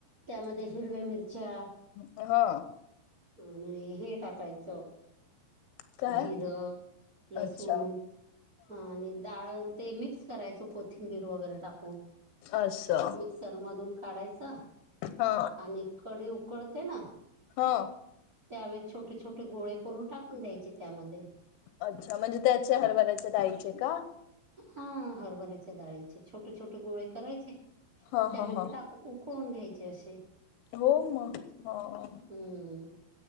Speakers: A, on the right; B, on the left.
A: त्यामध्ये हिरव्या मिरच्या,
B: हां.
A: आणि हे टाकायचं.
B: काय
A: जिर, लसुन,
B: अच्छा
A: हा आणि डाळ ते मिक्स करायचं कोथिंबीर वगैरे टाकून.
B: असं
A: मिक्सर मधून काढायच. आणि
B: हा
A: कडी उकळते ना.
B: हं.
A: त्यावेळेस छोट छोटे. गोळे करून टाकून द्यायचे त्यामध्ये.
B: अच्छा म्हणजे त्याचे हरभऱ्याच्या डाळीचे का
A: हा हरभरीच्या डाळीचे छोटे छोटे गोळे करायचे
B: हा
A: त्यामध्ये
B: हा हा
A: टाकून. उकळून घ्यायचे असे.
B: हो मग हो.
A: हम्म